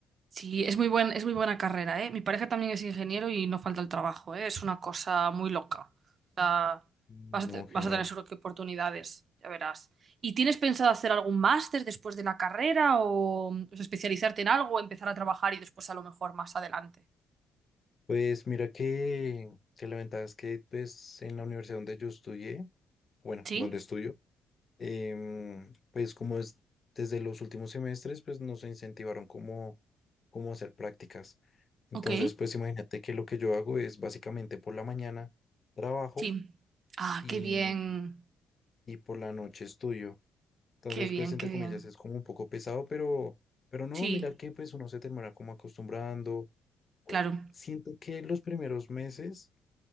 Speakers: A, on the right (about 50°); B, on the left (about 35°).
A: Sí, es muy buen, es muy buena carrera, ¿eh? Mi pareja también es ingeniero y no falta el trabajo, ¿eh? Es una cosa muy loca. O sea,
B: No,
A: vas a, te-
B: genial.
A: vas a tener seguro que oportunidades, ya verás. ¿Y tienes pensado hacer algún máster después de la carrera o, mm, o sea, especializarte en algo, empezar a trabajar y después a lo mejor más adelante?
B: Pues mira que, que la ventaja es que pues en la universidad donde yo estudié, bueno,
A: Sí,
B: donde estudio, em, pues como es desde los últimos semestres, pues nos incentivaron como, como hacer prácticas. Entonces,
A: ok,
B: pues imagínate que lo que yo hago es básicamente por la mañana trabajo
A: sí. Ah,
B: y,
A: qué bien,
B: y por la noche estudio. Entonces,
A: qué bien,
B: pues entre
A: qué bien.
B: comillas es como un poco pesado, pero, pero no,
A: Sí,
B: mira que pues uno se termina como acostumbrando. O-
A: claro.
B: Siento que los primeros meses